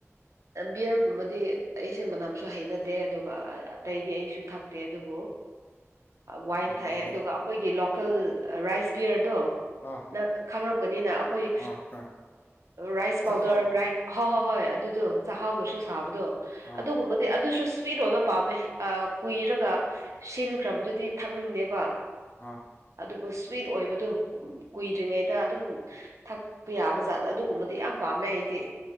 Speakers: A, on the right (about 75°); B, on the left (about 45°).
A: ꯕꯤꯌꯔꯒꯨꯝꯕꯗꯤ ꯑꯩꯁꯦ ꯃꯅꯝꯁꯨ ꯍꯩꯅꯗꯦ ꯑꯗꯨꯒ ꯑꯇꯩꯗꯤ ꯑꯩꯁꯨ ꯊ ꯗꯦ ꯑꯗꯨꯕꯨ ꯋꯥꯏꯟ
B: ꯑꯣꯀꯦ
A: ꯊꯥꯛꯑꯦ
B: ꯍ
A: ꯑꯗꯨꯒ ꯑꯩꯈꯣꯏꯒꯤ ꯂꯣꯀꯦꯜ ꯔꯥꯏꯁ ꯕꯤꯌꯔꯗꯣ
B: ꯑꯥ
A: ꯅ ꯈꯪꯔꯝꯒꯅꯤꯅ ꯑꯩꯈꯣꯏ
B: ꯑꯥ ꯈ
A: ꯔꯥꯏꯁ
B: ꯆꯥꯛꯈꯥꯎ
A: ꯄꯥꯎꯗꯔ ꯍꯣꯏ ꯍꯣꯏ ꯍꯣꯏ ꯑꯗꯨꯗꯣ ꯆꯥꯛꯍꯥꯎꯅꯁꯨ ꯁꯥꯕꯗꯣ
B: ꯑꯥ
A: ꯑꯗꯨꯒꯨꯝꯕꯗꯤ ꯑꯗꯨꯁꯨ ꯁ꯭ꯋꯤꯠ ꯑꯣꯏꯕ ꯄꯥꯝꯃꯦ ꯀꯨꯏꯔꯒ ꯁꯤꯟꯈ꯭ꯔꯕꯗꯨꯗꯤ ꯊꯛꯅꯤꯡꯗꯦꯕ
B: ꯑꯥ
A: ꯑꯗꯨꯕꯨ ꯁ꯭ꯋꯤꯠ ꯑꯣꯏꯕꯗꯣ ꯀꯨꯏꯗ꯭ꯔꯤꯉꯩꯗ ꯑꯗꯨꯝ ꯊꯛꯄ ꯌꯥꯕ ꯖꯥꯠ ꯑꯗꯨꯒꯨꯝꯕꯗꯤ ꯌꯥꯝ ꯄꯥꯝꯃꯦ ꯑꯩꯗꯤ